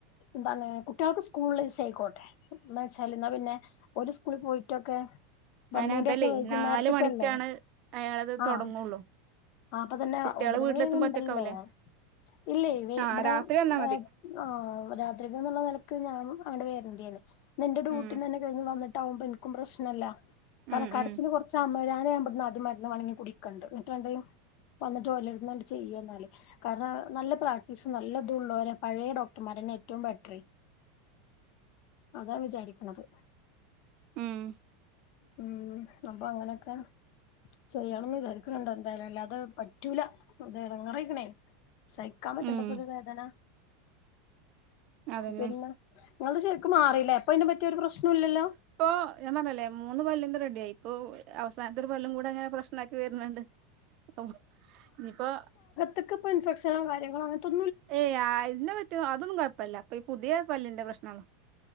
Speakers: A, on the left; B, on the right.
A: ന്താണ് കുട്ട്യൾക്ക് സ്കൂള് ള്ള ദിവസായ്ക്കോട്ടെ. എന്താ വെച്ചാല്, എന്നാ പിന്നെ ഒരു സ്കൂളി പോയിട്ടൊക്കെ. വന്നീന്റെഷം
B: അയിന് അതല്ലേ
A: വൈകുന്നേരത്തേക്കല്ലേ
B: നാല് മണിക്കാണ് അയാളത്
A: ആഹ്
B: തൊടങ്ങൊള്ളൂ
A: ആഹ് അപ്പൊതന്നെ
B: കുട്ട്യാള്
A: ഒമ്പതു
B: വീട്ടിലെത്തുമ്പോ
A: മണി കഴിഞ്ഞണ്ടല്ലോ
B: ഒറ്റക്കാവൂലേ
A: ഇല്ലേയ് വി
B: ആഹ്
A: ഇബ്ടെ
B: രാത്രി വന്നാ മതി
A: ഏഹ് ആഹ് രാത്രികന്നുള്ള നിലക്ക് ഞാൻ അവിടെ വരണ്ടയാണ് ഇന്നെന്റെ ന്റെ ഡ്യൂട്ടി
B: ഉം
A: തന്നെ ന്നുകഴിഞ്ഞു വന്നിട്ടാവുമ്പോ എനിക്കും പ്രശ്നല്ല കാരണം
B: ഉം
A: കടച്ചില്
B: ഉം
A: കൊറ ച്ചമ്മരാന <unintelligible> ആദ്യം മരുന്ന് വാങ്ങി കുടിക്കണ്ട് ന്നിട്ട് <unintelligible> വന്നിട്ട് ഓലെടുത്ത്ന്ന്ട്ട് ചെയ്യന്നാല് കാരണം നല്ല പ്രാക്ടീസും നല്ല ള്ളവരെ പഴയ ഡോക്ടർമാരന്നെ ഏറ്റവും ബെറ്ററ് അതാ വിചാരിക്കണത്.
B: ഉം
A: ഉം അപ്പൊ അങ്ങനെയൊക്കെ. ചെയ്യണംന്ന് വിചാരിക്കണ് ണ്ട് എന്തായാലും അല്ലാതെ പറ്റൂലാ അത് എടങ്ങേറായ്ക്കണേ. സഹിക്കാൻ പറ്റേണ്ടപ്പോത്
B: ഉം
A: വേദന.
B: അതന്നെ
A: പിന്നെ നിങ്ങൾടെ ശെരിക്കും മാറില്ലേ അപ്പൊ അതിന്പറ്റിയൊരു പ്രശ്നം ഇല്ലല്ലോ
B: ഇപ്പൊ ഞാൻ പറഞ്ഞീലേ മൂന്ന് പല്ലിന്റെ റെഡിയായി ഇപ്പൊ അവസാനത്തൊരു പല്ലും കൂടെ അങ്ങനെ പ്രശ്നാക്കി വരുന്നുണ്ട്. ഓഹ് ഇനിപ്പൊ
A: ത്ക്ക്പ്പൊ ഇൻഫെക്ഷനോ കാര്യങ്ങളോ അങ്ങൻത്തൊ
B: ഏയ് ആയിനെ പറ്റി അതൊന്നും കുഴപ്പല്ല. ഇപ്പൊ ഈ പുതിയ പല്ലിന്റെ പ്രശ്നങ്ങളാ